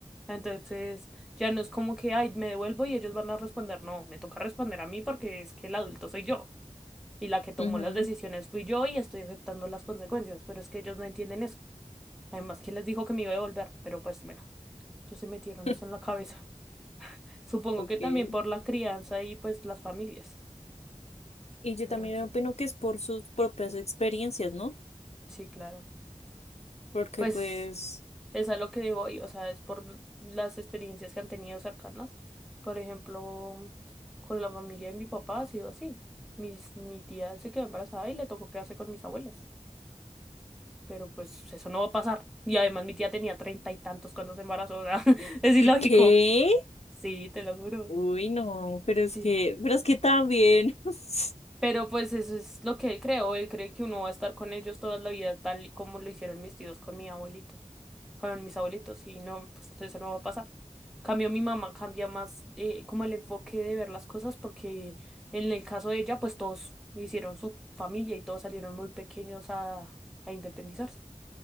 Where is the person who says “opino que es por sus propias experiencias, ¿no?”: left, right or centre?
Left